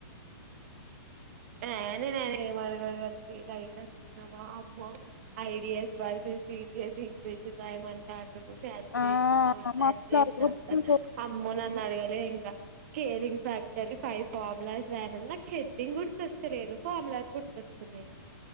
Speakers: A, on the right (about 45°); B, on the left (about 75°).
A: ఆ నేను ఆయిన ఏం అడగడు కని తియ్ లైట్ అనుకున్నా అమ్మో ఐడియస్ బర్సస్ సెక్వాన్స్ రాయమంటండు సాచ్యురేషన్
B: ఆ మస్తు
A: సాచ్యురేషన్
B: అలుగుతుండు
A: అమ్మో నన్ను అడగాలే క స్కేలింగ్ ఫ్యాక్టర్ ఫైవ్ ఫార్లాస్ రాయమని నాక్ హే డ్డింగ్ గుర్తొస్తలేదు ఫామ్ లాస్ గుర్తొస్తున్నాయి